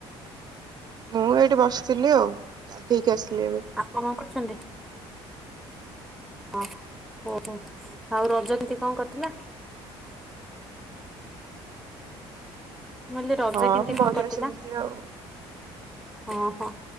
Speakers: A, on the right; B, in the centre.
A: ମୁଁ ଏଇଠି ବସିଥିଲି ଆଉ ଗାଧେଇକି ଆସିଲି ଏବେ
B: ଆପଣ କଣ କରୁଛନ୍ତି? ହଁ ଓହୋ ଆଉ ରଜ କେମିତି କଣ କଟିଲା? ମୁ କହିଲି ରଜ
A: ହଁ
B: କେମିତି କଣ
A: ବଢିଆ
B: କଟିଲା?
A: ସେମିତି ଆଉ
B: ଓହୋ